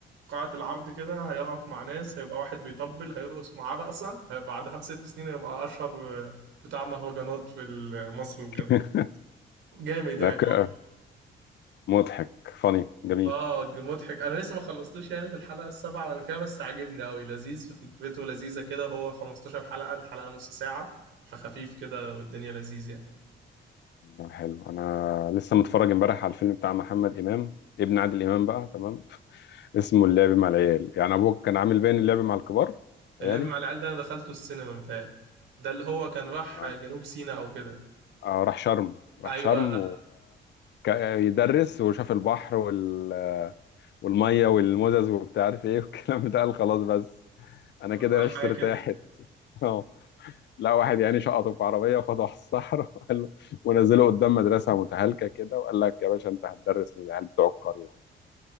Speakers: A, on the right; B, on the left.
A: قاعة العرض كده هيقف مع ناس هيبقى واحد بيطبل هيرقص معاه رقصة بعدها بست سنين هيبقى أشهر بتاع مهرجانات في مصر وكده
B: <laughs>
A: جامد يعني
B: ذكاء مضحك فاني جميل
A: اه مضحك انا لسه ما خلصتوش يعني في الحلقه السابعه ولا كده بس عاجبني قوي لذيذ في فكرته لذيذه كده هو 15 حلقه الحلقه نص ساعه فخفيف كده والدنيا لذيذ يعني
B: لا، حلو انا لسه متفرج امبارح على الفيلم بتاع محمد امام ابن عادل امام بقى تمام <laughs> اسمه اللعب مع العيال يعني ابوك كان عامل باين اللعب مع الكبار
A: اللعب
B: عيالي
A: مع العيال ده انا دخلته السينما متهيألي ده اللي هو كان راح
B: آه.
A: جنوب سيناء او كده
B: آه، راح شرم راح
A: ايوه
B: شرم ويدرس وشاف البحر وال... والميه والمزز وبتاع عارف ايه <laughs> والكلام ده قال خلاص بس انا
A: هتبقى
B: كده
A: الحياه
B: عشت ارتاحت
A: كده
B: <laughs> اه لا واحد يعني شقطه في عربيه وخده على الصحراء <laughs> وقال له ونزله قدام مدرسه متهالكه كده وقال لك يا باشا انت هتدرس للعيال بتوع القريه وهنا